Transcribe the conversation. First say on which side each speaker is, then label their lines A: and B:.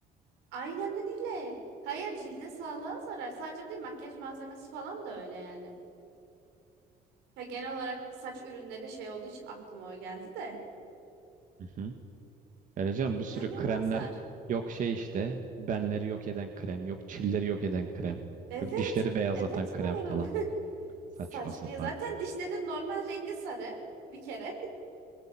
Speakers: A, on the right; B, on the right.
A: Aynen öyle. Hayır cilde sağlığa zarar. Sadece bu değil makyaj malzemesi falan da öyle yani. Ya genel olarak saç ürünleri şey olduğu için aklıma o geldi de.
B: Hı hı. Öyle canım bir sürü
A: İnanılmazlar.
B: kremler yok şey işte benleri yok eden krem yok çilleri yok eden krem
A: Evet.
B: yok dişleri beyazlatan
A: Evet
B: krem
A: bu arada.
B: falan
A: <laughs>
B: saçma
A: Saçma
B: sapan.
A: ya. Zaten dişlerin normal rengi sarı bir kere. <laughs>